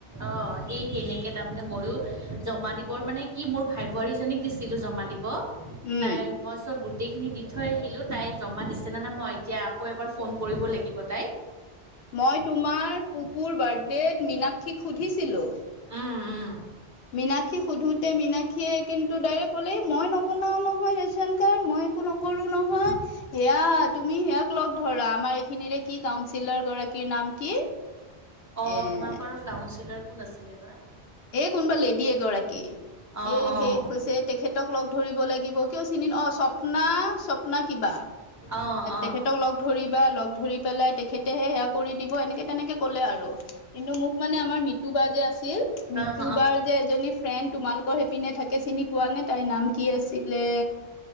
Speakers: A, on the right; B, on the left.
A: অঁ সেই সেনেকৈ তাৰমানে ময়ো জমা দিবৰ মানে কি মোৰ ভাই -বোৱাৰীজনীক দিছিলোঁ জমা দিব
B: উম,
A: তাই মই চব গোটেইখিনি দি থৈ আহিলো তাই জমা দিছেনে নে নাই মই এতিয়া আকৌ এবাৰ ফোন কৰিব লাগিব তাই
B: মই তোমাৰ পুপুৰ বাৰ্থডেত মীনাক্ষীক সুধিছিলোঁ।
A: উম উম
B: মিনাক্ষী সোধোতে মিনা খিয়ে কিন্তু ডাইৰেক ক'লে মই নবনাও নহয় ৰেচন কাৰ্ড মই একো
A: <inaudible>
B: নকৰো নহয়। সেয়া তুমি সেয়াক লগ ধৰা আমাৰ এইখিনিৰে কি কাউঞ্চিলৰ গৰাকীৰ নাম কি?
A: অহ,
B: এ
A: তোমালোকৰ কাউচিলাৰ কোন আছিলে বা
B: এ' কোনবা লেডী এগৰাকী
A: অঁ
B: এ
A: অঁ
B: শেষ হৈছে তেখেতক লগ ধৰিব লাগিব কিয় চিনি ন স্বপ্না - স্বপ্না কিবা
A: অঁ অঁ
B: তেখেতক লগ ধৰিবা লগ ধৰি পেলাই তেখেতেহে সেয়া কৰি দিব এনেকে তেনেকে কলে আৰু কিন্তু মোক মানে আমাৰ মিতু বাই যে আছিল মিতু
A: অঁ
B: বাৰ যে এজনী ফ্ৰেণ্ড তোমালোকৰ সেইপিনে থাকে চিনি পোৱা নে তাইৰ নাম কি আছিলে